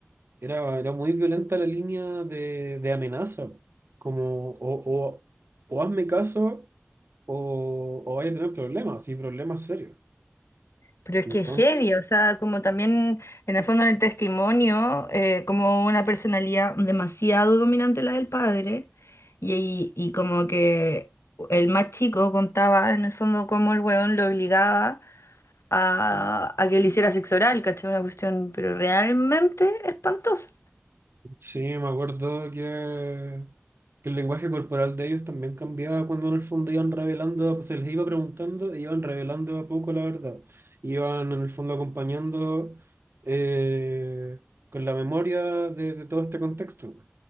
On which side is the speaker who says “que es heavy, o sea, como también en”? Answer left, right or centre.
Left